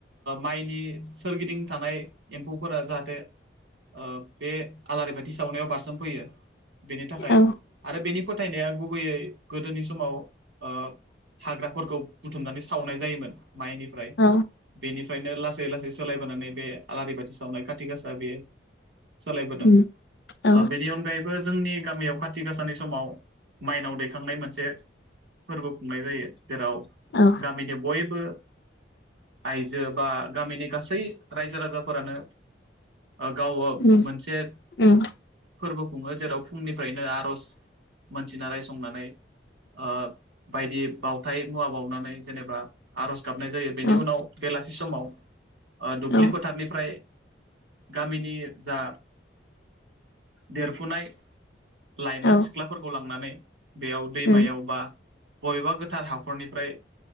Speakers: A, on the right (about 75°); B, on the left (about 65°).
A: माइनि सोरगिदिं थानाय एम्फौफोरा जाहाथे ओ बे आलारि बाथि सावनायाव बारसोम फैयो। बेनि थाखाय
B: औ
A: आरो बेनि फोथायनाया गुबैयै गोदोनि समाव ओ हाग्राफोरखौ बुथुमनानै सावनाय जायोमोन। माइनिफ्राय
B: औ
A: बेनिफ्रायनो लासै लासै सोलायबोनानै बे। आलारि बाथि सावनाय खाथि गासा बेयो सोलायबोदों
B: उम औ
A: ओ बेनि अनगायैबो बो जोंनि गामियाव खाथि गासानि समाव माइनाव दैखांनाय मोनसे फोरबो खुंनाय जायो जेराव
B: औ
A: गामिनि बयबो आइजो बा गामिनि गासै रायजो राजाफोरानो ओ गाव औ
B: उम
A: मोनसे
B: उम
A: फोरबो खुङो जेराव फुंनिफ्रायनो आर'ज मोनथिना रायसंनानै ओ बायदि बावथाय मुवा बावनानै जेनेबा आर'ज गाबनाय जायो बेनि
B: औ
A: उनाव बेलासि समाव ओ‌ दुब्लि
B: औ
A: फोथारनि फ्राय गामिनि जा देरफुनाय लाइमोन
B: औ
A: सिख्लाफोरखौ लांनानै बेयाव दैमायाव
B: उम
A: बा बबेबा गोथार हाखरनिफ्राय